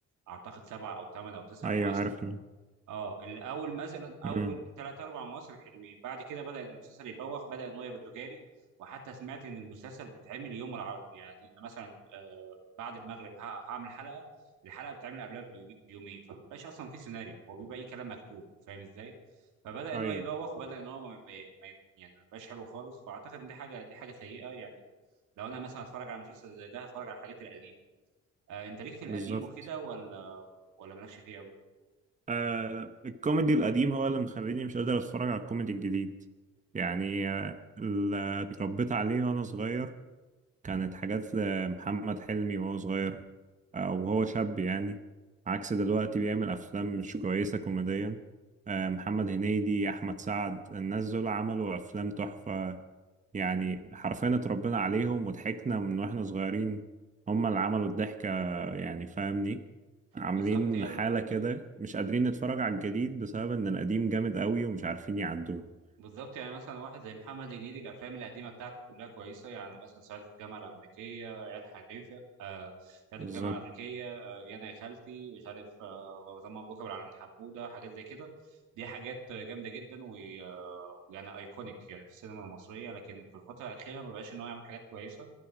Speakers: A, on the right; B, on the right.
A: اعتقد سبع او ثمان او تسع
B: ايوه
A: مواسم
B: عارف ال-
A: اه الاول مثلا اول
B: امم
A: ثلاث اربع مواسم حلوين بعد كده بدا إن المسلسل يبوخ بدا ان هو يبقى تجاري وحتى سمعت ان المسلسل بيتعمل يوم العرض يعني إن مثلا آه بعد المغرب ه- هعمل حلقه الحلقه بتتعمل قبلها بيومي- بيومين فمبيبقاش اصلا في سيناريو هو بيبقى اي كلام مكتوب فاهم ازاي فبدا
B: ايوه
A: ان هو يبوخ وبدا ان هو ما ما- ما- يعني ما يبقاش حلو خالص فاعتقد ان دي حاجه دي حاجه سيئه يعني لو انا مثلا هتفرج على مسلسل زي ده هتفرج على الحاجات القديمه آه انت ليك في القديم
B: بالظبط
A: وكده ولا ولا مالكش فيه قوي
B: آه الكوميدي القديم هو اللي مخليني مش قادر اتفرج على الكوميدي الجديد يعني آه، اللي اتربيت عليه وانا صغير كانت حاجات لمحمد حلمي وهو صغير أو وهو شاب يعني عكس دلوقتي بيعمل أفلام مش كويسة كوميديا آه، محمد هنيدي أحمد سعد الناس دول عملوا أفلام تحفة يعني حرفيا اتربينا عليهم وضحكنا من واحنا صغيرين هما اللي عملوا الضحكة يعني فاهمني عاملين
A: بالظبط هي ال-
B: حالة
A: ال-
B: كده مش قادرين نتفرج على الجديد بسبب إن القديم جامد قوي ومش عارفين يعدوه
A: بالظبط يعني مثلا واحد زي محمد هنيدي الافلام القديمه بتاعته كلها كويسه يعني مثلا صعيدي في الجامعه الامريكيه عيال حريفه آه صعيدي
B: بالظبط
A: في الجامعه الامريكيه آه يا انا يا خالتي مش عارف آه وطن مبروك ابو العلمين حموده حاجات زي كده دي حاجات جامده جدا ويعني آه يعني ايكونيك يعني في السينما المصريه لكن في الفتره الاخيره ما بقاش ان هو يعمل حاجات كويسه